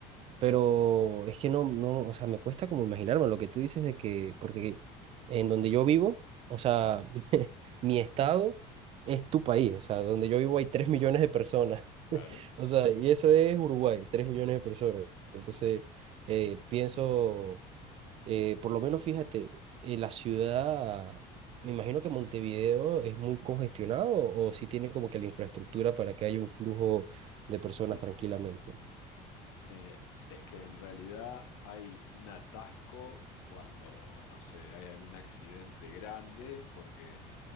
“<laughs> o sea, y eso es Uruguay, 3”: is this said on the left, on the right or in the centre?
Right